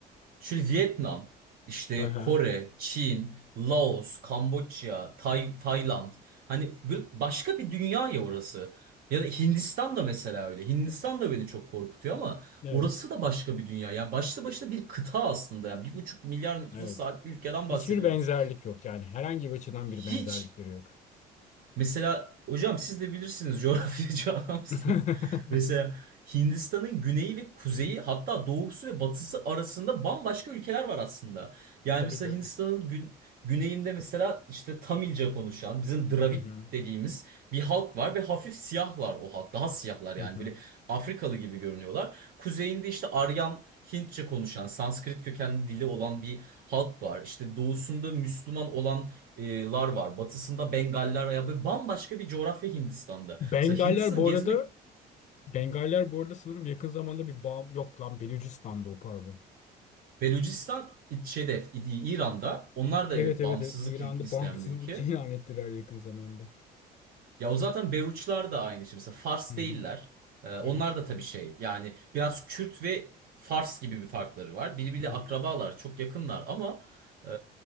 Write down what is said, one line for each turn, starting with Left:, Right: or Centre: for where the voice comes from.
Right: şöyle Vietnam, işte
Left: Aha,
Right: Kore, Çin, Laos, Kamboçya, Tay Tayland. Hani bir, başka bir dünya ya orası. Ya da Hindistan da mesela öyle. Hindistan da beni çok korkutuyor ama
Left: evet,
Right: orası da başka bir dünya. Yani başlı başına bir kıta aslında. Yani bir buçuk milyar nüfusa
Left: evet.
Right: sahip bir ülkeden bahsediyoruz.
Left: Hiçbir benzerlik yok yani. Herhangi bir açıdan
Right: Hiç
Left: bir benzerlikleri yok.
Right: Mesela hocam siz de bilirsiniz <laughs> coğrafyacı adamsınız.
Left: <laughs>
Right: Mesela Hindistan'ın güneyi ve kuzeyi hatta doğusu ve batısı arasında bambaşka ülkeler var aslında. Yani
Left: Tabii
Right: mesela
Left: tabii.
Right: Hindistan'ın gün, güneyinde mesela işte Tamilce konuşan bizim Dravid
Left: Hı hı.
Right: dediğimiz bir halk var ve hafif siyahlar o halk. Daha siyahlar yani
Left: Hı hı.
Right: böyle Afrikalı gibi görünüyorlar. Kuzeyinde işte Aryan Hintçe konuşan, Sanskrit kökenli dili olan bir halk var. İşte doğusunda Müslüman olan e, lar var. Batısında Bengaller veya böyle bambaşka bir coğrafya Hindistan'da.
Left: Bengaller
Right: Mesela Hindistan'ı
Left: bu
Right: gezmek
Left: arada Bengaller bu arada sanırım yakın zamanda bir bağım yok lan Belucistan'da o pardon.
Right: Belucistan İ- şeyde İ- İran'da. Onlar da
Left: Evet
Right: evet
Left: evet
Right: bağımsızlık
Left: evet İran'da
Right: il- isteyen
Left: bağımsızlık
Right: bir ülke.
Left: <laughs> ilan ettiler yakın zamanda.
Right: Ya o zaten Beruçlar da aynı şey. Mesela Fars
Left: Hı
Right: değiller.
Left: hı.
Right: Ee, onlar
Left: Evet.
Right: da tabii şey yani biraz Kürt ve Fars gibi bir farkları var. Birbiriyle
Left: Hı hı.
Right: akrabalar çok yakınlar ama e,